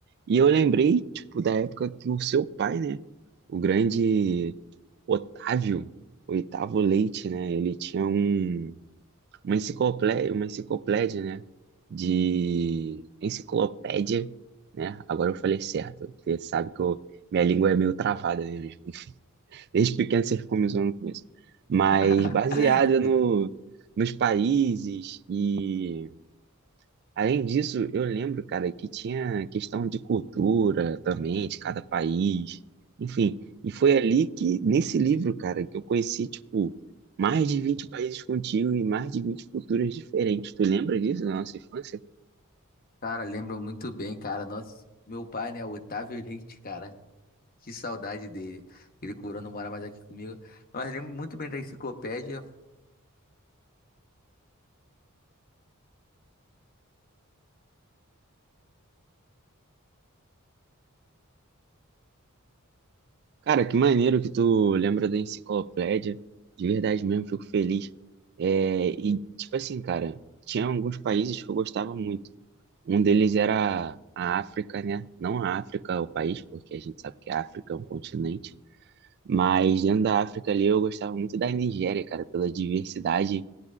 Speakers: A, on the right; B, on the left.
A: E eu lembrei, tipo, da época que o seu pai, né, o grande Otávio, Oitavo Leite, né, ele tinha um uma enciclopédia, uma enciclopédia, né? De enciclopédia, né? Agora eu falei certo, porque sabe que eu, minha língua é meio travada mesmo. Desde pequeno você ficou me zoando com isso. Mas
B: <laughs>
A: baseada no, nos países e Além disso, eu lembro, cara, que tinha questão de cultura também, de cada país, enfim. E foi ali que, nesse livro, cara, que eu conheci, tipo, mais de 20 países contigo e mais de 20 culturas diferentes. Tu lembra disso da nossa infância?
B: Cara, lembro muito bem, cara. Nosso, meu pai, né? Otávio Leite, cara. Que saudade dele. Ele curou, não mora mais aqui comigo. Mas lembro muito bem da enciclopédia.
A: Cara, que maneiro que tu lembra da enciclopédia. De verdade mesmo, fico feliz. É, e, tipo assim, cara, tinha alguns países que eu gostava muito. Um deles era a África, né? Não a África, o país, porque a gente sabe que a África é um continente. Mas dentro da África ali eu gostava muito da Nigéria, cara, pela diversidade